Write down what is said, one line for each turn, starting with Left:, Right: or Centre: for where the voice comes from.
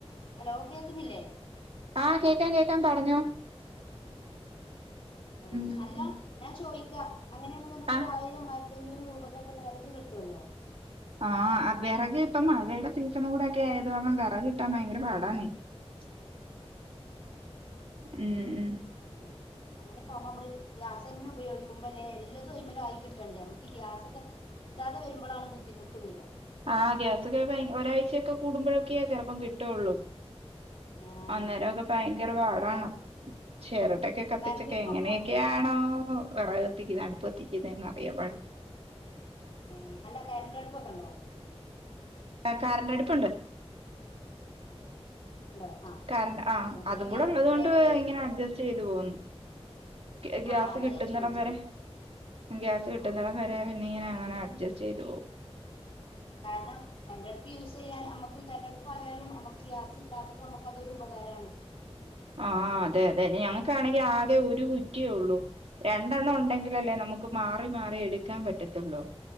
Left: ഹലോ കേക്ക്‌ന്നില്ലേ
Right: ആഹ് കേക്കാം കേക്കാം പറഞ്ഞോ
Left: ഏഹ്
Right: ഉം
Left: അല്ല ഞാൻ ചോയിക്കാ അങ്ങനേണ്ന്ന്ണ്ടെങ്ങി
Right: ആ
Left: ഒരായിരം <unintelligible> പത്തഞ്ഞൂറ് രൂപക്കൊക്കെ വെറക് കിട്ടൊല്ലോ
Right: ആഹ് വെറക് ഇപ്പം മഴയുടെ സീസണും കൂടെ ഒക്കെ ആയത് കാരണം വെറക് കിട്ടാൻ ഭയങ്കര പാടാന്നേ
Left: <inaudible>
Right: ഉം ഉം
Left: അങ്ങനാ അങ്ങനെക്കാവുംമ്പമ്മള് ഗ്യാസെന്നെ ഉപയോഗിക്കുമ്പൊല്ലേ എല്ലതും അയ്മ്മെലായി കിട്ടണ്ടേ നമുക്ക് ഗ്യാസൊക്കെ കിട്ടാതെ വെര്മ്പളാണ് ബുദ്ധിമുട്ട് വെരാ
Right: ആഹ് ഗ്യാസൊക്കെ കയിഞ്ഞ് ഒരാഴ്ചയൊക്കെ കൂടുമ്പോഴൊക്കെയാ ചെലപ്പം കിട്ടൊള്ളൂ
Left: ആഹ്
Right: അന്നേരവൊക്കെ ഭയങ്കര പാടാണ് ചെരട്ടെക്കെ കത്തിച്ചക്കെ
Left: കറണ്ട് അടുപ്പൊക്കെ
Right: എങ്ങനെയൊക്കെയാണോ വിറകത്തിക്കുന്നത് അടുപ്പ് കത്തിക്കുന്നെന്നറിയാവോ അട്
Left: ഏഹ് അല്ല കര്ന്റട്പ്പൊക്കെണ്ടോ
Right: ആഹ് കറന്റട്പ്പുണ്ട്
Left: ഇണ്ടോ ആഹ്
Right: കർ ആഹ്
Left: അതുകൊണ്ട്
Right: അതും
Left: പിന്നെ
Right: കൂടെ ഉള്ളതോണ്ട്
Left: ഏകദേശം
Right: ഇങ്ങനെ അഡ്ജസ്റ്റെയ്‌ത്‌ പോവുന്നു ഗ്യാ ഗ്യാസ്
Left: ആഹ് അതാ
Right: കിട്ടുന്നടം
Left: ഞാൻ ചോദിച്ചത്
Right: വരെ ഉം ഗ്യാസ് കിട്ടുന്നടം
Left: ആഹ്
Right: വരെ പിന്നിങ്ങനെ അങ്ങനെ അഡ്ജസ്റ്റെയ്‌ത്‌ പോവും
Left: കാരണം കര്ന്റട്പ്പ് യൂസ്യ്യാൻ അമ്മക്ക് കര്ന്റട്പ്പായലും നമ്മക്ക് ഗ്യാസ് ഇല്ലാത്തപ്പോ മ്മക്ക് അതൊരു ഉപകാരാണ്
Right: ആഹ് അതെ അതെ ഞങ്ങക്കാണെങ്കി ആകെ ഒരു കുറ്റിയേ ഉള്ളൂ രണ്ടെണ്ണം ഉണ്ടെങ്കിലല്ലേ നമ്മക്ക് മാറി മാറി എടുക്കാൻ പറ്റത്തൊള്ളൂ